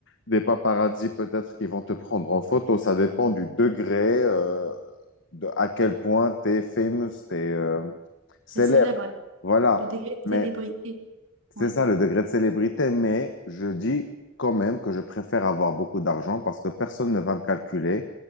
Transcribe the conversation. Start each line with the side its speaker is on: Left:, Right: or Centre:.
Left: des paparazzis peut-être qui vont te prendre en photo. Ça dépend du degré, euh, de à quel point tu es famous, tu es célèbre.
Right: C'est célèbre, hein,
Left: Voilà.
Right: le degré de
Left: Mais
Right: célébrité.
Left: c'est
Right: Ouais.
Left: ça le degré de célébrité, mais je dis quand même que je préfère avoir beaucoup d'argent parce que personne ne va me calculer,